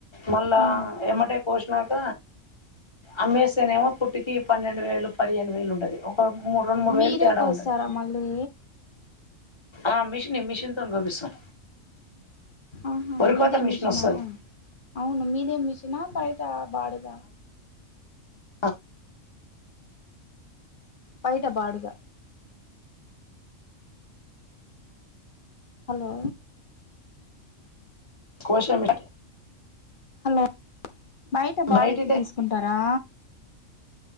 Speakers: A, on the left (about 20°); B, on the left (about 45°).
A: మళ్ళా
B: ఉమ్
A: ఎమ్మటే వేసినాక అమ్మేస్తేనేమో పుట్టికి పన్నెండు వేలు పదిహేను వేలు ఉంటది ఓ మూడు రెండు మూడు
B: మీరే
A: వేలు తేడా
B: కోస్తారా
A: ఉంటది
B: మళ్ళీ
A: ఆ మిషన్ మిషన్ తోనో కోపిస్తాం
B: ఆహా
A: వరి
B: మీదే
A: కోత మిషన్
B: మిషనా
A: వస్తది
B: అవును మీదే మిషనా బయట బాడుగ
A: ఆ
B: బయట బాడుగా హలో
A: కోశ మి
B: హలో బయట బాడ్క్కి
A: బయటిదే
B: తీసుకుంటారా